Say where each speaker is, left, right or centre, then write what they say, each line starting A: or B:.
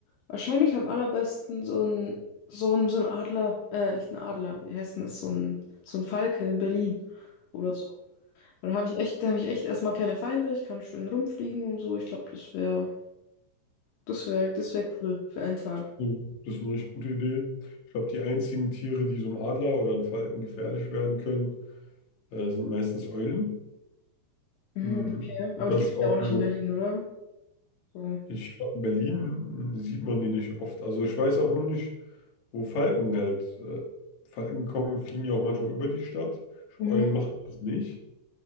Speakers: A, on the left; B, on the left.
A: wahrscheinlich am allerbesten so ein, so ein, so ein Adler, äh, nicht ein Adler, wie heißt denn das? So ein, so ein Falke in Berlin oder so. Und Da habe ich echt, da habe ich echt erstmal keine Feinde, ich kann schön rumfliegen und so. Ich glaube, das wäre, das wäre, das wäre cool für einen Tag.
B: Das ist eine richtig gute Idee. Ich glaube, die einzigen Tiere, die so einem Adler oder einem Falken gefährlich werden können, äh, sind meistens Eulen.
A: Mhm,
B: Mm,
A: okay. Aber
B: Und das
A: die gibt es
B: auch
A: ja auch nicht
B: nur.
A: in Berlin, oder? So.
B: Ich glaube, in Berlin sieht man die nicht oft. Also ich weiß auch nur nicht, wo Falken halt. Äh, Falken kommen, fliegen ja auch manchmal über die Stadt. Ich
A: Mhm.
B: glaub, Eulen machen das nicht.